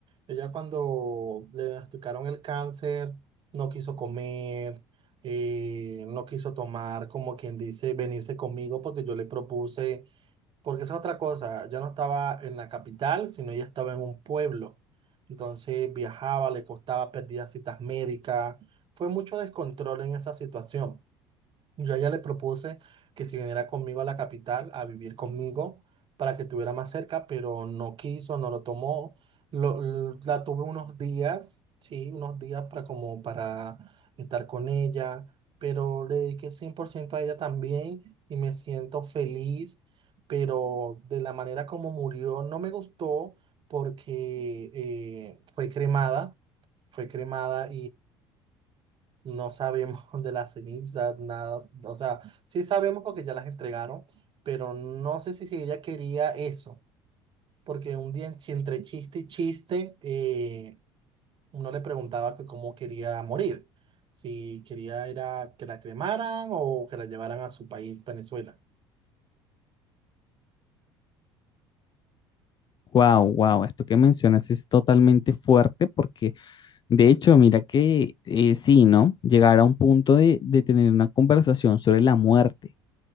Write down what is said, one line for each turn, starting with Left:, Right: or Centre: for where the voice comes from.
Right: Ella cuando le diagnosticaron el cáncer, no quiso comer, eh, no quiso tomar, como quien dice, venirse conmigo porque yo le propuse, porque esa es otra cosa, yo no estaba en la capital, sino ella estaba en un pueblo. Entonces viajaba, le costaba, perdía citas médicas. Fue mucho descontrol en esa situación. Yo a ella le propuse que si viniera conmigo a la capital a vivir conmigo para que estuviera más cerca, pero no quiso, no lo tomó. Lo- l- la tuve unos días, sí, unos días para como para estar con ella, pero le dediqué el 100% a ella también y me siento feliz, pero de la manera como murió no me gustó porque eh, fue cremada, fue cremada no sabemos <laughs> de las cenizas, nada. O sea, sí sabemos porque ya las entregaron, pero no sé si, si ella quería eso, porque un día en chi- entre chiste y chiste, eh, uno le preguntaba que cómo quería morir, si quería era que la cremaran o que la llevaran a su país, Venezuela.
Left: Wow, wow, esto que mencionas es totalmente fuerte porque de hecho, mira que eh, sí, ¿no? Llegar a un punto de, de tener una conversación sobre la muerte.